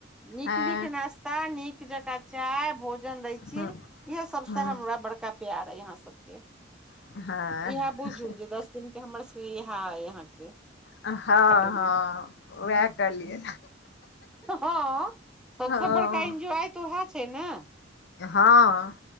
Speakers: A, in the centre; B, on the left.
A: नीक
B: हँ
A: नीक नास्ता नीक जकाँ चाय भोजन दै छी
B: हँ
A: इएहे सबसँ
B: हँ
A: उहे बड़का प्यार य अहाँ सबके
B: हँ
A: इएह बुझू दस दिन के हमर समके इहे यह आहाँ सबके
B: हँ हँ
A: खटनी
B: उएह करलियै
A: हँ सबसे
B: हँ
A: बड़का एन्जॉय तऽ वैद छै न
B: हँ